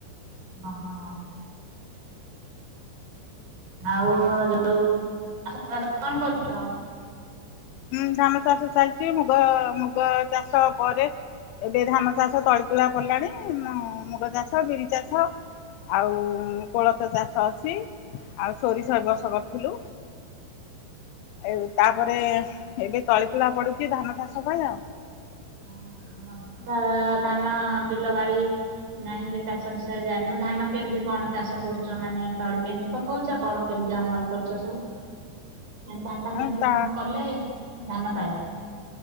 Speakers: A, on the right; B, on the left.
A: ମା ହଁ। ଆଉ ଯୋଉ <unintelligible> କଣ କରୁଛ?
B: ହୁଁ ଧାନ ଚାଷ ଚାଲିଛି ମୁଗ ମୁଗ ଚାଷ ପରେ। ଏବେ ଧାନ ଚାଷ ତଳି ତୁଳା ପଡ଼ିଲାଣି ମୁ‌ ମୁଗ ଚାଷ ବିରି ଚାଷ ଆଉ କୋଳଥ ଚାଷ ଅଛି ଆଉ ସୋରିଷ ଏ ବର୍ଷ କରିଥିଲୁ। ଆଉ
A: ଆମର
B: ତାପରେ
A: ତ
B: ତଳି ତୁଳା ପଡୁଛି ଧାନ ଚାଷ ପାଇଁ ଆଉ।
A: <unintelligible> ଧାନ ବିଲବାରି ନାଇଁ ଯେ ଚାଷ ବିଷୟରେ ଜାଣିନୁ ଧାନ କେମିତି କଣ ଚାଷ କରୁଛ ମାନେ ତଳି କେମିତି ପକାଉଛ କଣ କେ ଯେ ଅମଳ କରୁଛ ସବୁ। ଧାନ ଧାନ ଟା
B: ଆଉ
A: କେମିତି
B: ତା
A: କଣ କଲେ ଧାନ ପାଇବ?